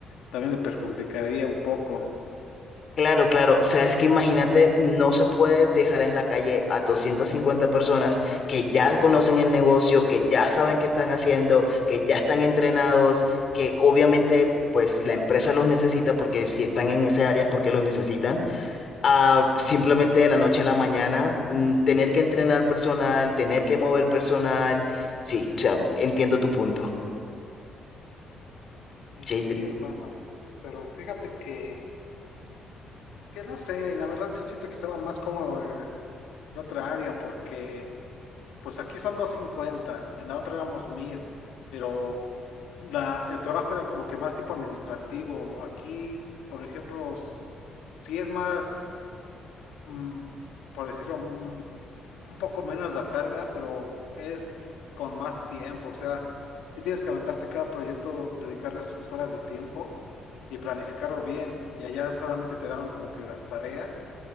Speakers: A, on the left; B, on the left.
A: también le perjudicaría un poco.
B: Claro, claro. O sea, es que imagínate, no se puede dejar en la calle a 250 personas que ya conocen el negocio, que ya saben qué están haciendo, que ya están entrenados, que obviamente, pues la empresa los necesita porque si están en esa área es porque los necesitan. A simplemente de la noche a la mañana, mm, tener que entrenar personal, tener que mover personal. Sí, o sea, entiendo tu punto.
A: Y
B: Sí,
A: sí, hermano, pero fíjate que, Que no sé, la verdad yo siento que estaba más cómodo el- la otra área, porque pues aquí son doscientos cincuenta en la otra éramos mil pero. la, el trabajo era como que más tipo administrativo. Aquí, por ejemplo, s- sí es más, mm, por decirlo, mm, un poco menos la carga, pero es con más tiempo. O sea, sí tienes que aventarte cada proyecto, dedicarle sus horas de tiempo y planificarlo bien. Y allá solamente te daban como que las tareas